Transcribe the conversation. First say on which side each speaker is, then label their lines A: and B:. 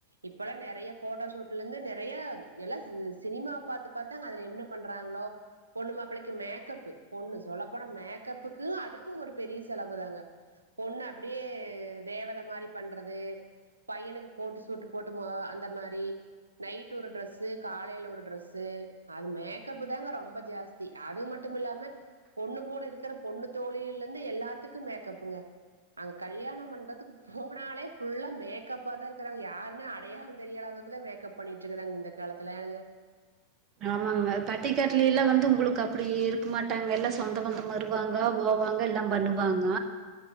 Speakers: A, on the right; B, on the right.
A: இப்பல்லாம் நெறைய போட்டோ ஷூட்ல ந்து நெறைய எல்லா சி சினிமாவ பாத் து அதுல என்ன பண்றாங்களோ பொண்ணு மாப் ப்பிளைக்கு மேக்கப் பொண்ணு சொல்லப்போனா மேக்கப்புக் துக்கு ஒரு பெரிய செலவு தாங்க பொண்ண அப் ப்டியே தேவதை மாரி பண்றது பையனுக்கு கோட்டு சூட்டு போட்டுமோ அந்த மாரி நைட் ஒரு ட்ரெஸ் வந்து காலைல ஒரு ட்ரெஸு அது மேக்கப் தாங்க ரொம்ப ஜாஸ்தி அது மட்டும் இல்லாம பொண்ணு கூட இருக்கிற பொண்ணு தோழிலருந்து எல்லாத்துக்கும் மேக்கப்புங்க அங்க கல்யாணம் மண்டத்துக்கு போனாலே ஃபுல்லா மேக்கப்பாதான் இருக்கறாங்க யாருனு அடையாளம் தெரியாதக்தான் மேக்கப் பண்ணிட்டு இருக்கறாங்க இந்த காலத்து லாங்க
B: ஆமாங்க பட்டிக்காட்லைலாம் வந் து உங்களுக்கு அப்டி இருக்க மாட்டாங்கல சொந்த பந்தம் வருவாங்க போவாங்க எல்லா பண்ணுவாங்க